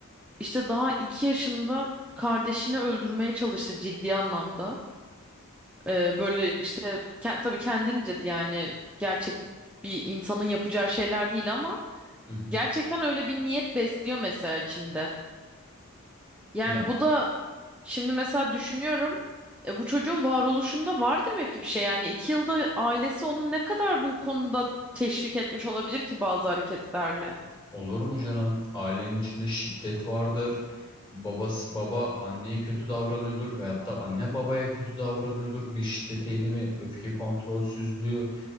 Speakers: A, in the centre; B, on the left.
A: İşte daha iki yaşında kardeşini öldürmeye çalıştı ciddi anlamda. Ee, böyle işte ke- tabii kendince yani gerçek bir insanın yapacağı şeyler değil ama
B: Hı hı.
A: gerçekten öyle bir niyet besliyor mesela içinde. Yani
B: ya
A: bu da şimdi mesela düşünüyorum e, bu çocuğun varoluşunda var demek ki bir şey yani iki yılda ailesi onu ne kadar bu konuda teşvik etmiş olabilir ki bazı hareketlerle.
B: Olur mu canım? Ailenin içinde şiddet vardır. Babası baba anneye kötü davranıyordur veyahut da anne babaya kötü davranıyordur. Bir şiddet eğilimi, öfke kontrolsüzlüğü,